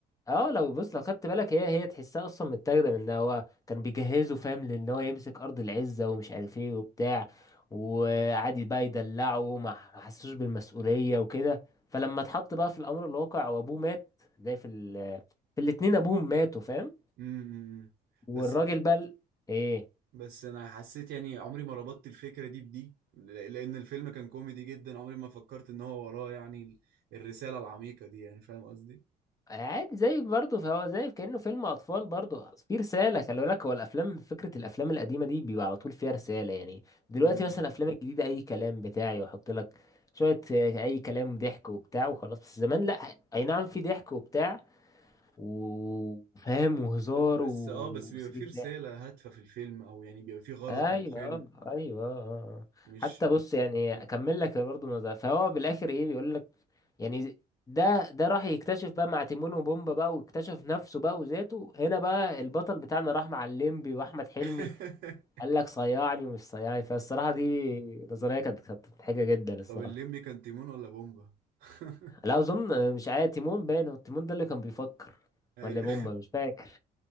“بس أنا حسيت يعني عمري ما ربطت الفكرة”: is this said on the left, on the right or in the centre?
Right